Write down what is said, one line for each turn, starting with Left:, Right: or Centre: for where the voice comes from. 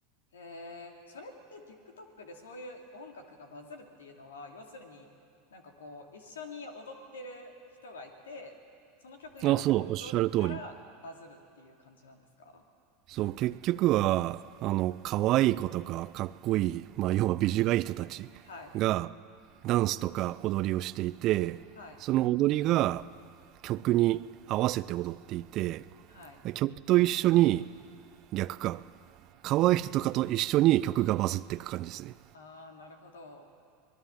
Left: へえ、それって TikTok でそういう音楽がバズるっていうのは、要するになんかこう、一緒に踊ってる人がいて、その曲に合わせて踊るからバズるっていう感じなんですか
Right: あ、そう、おっしゃる通り。そう、結局は、あの、可愛い子とか、かっこいい、まあ、要は美女がいい人たちが、
Left: はい、
Right: ダンスとか踊りをしていて、
Left: はい、
Right: その踊りが曲に合わせて踊っていて、
Left: はい。
Right: 曲と一緒に、逆か、可愛い人とかと一緒に曲がバズっていく感じですね。
Left: ああ、なるほど。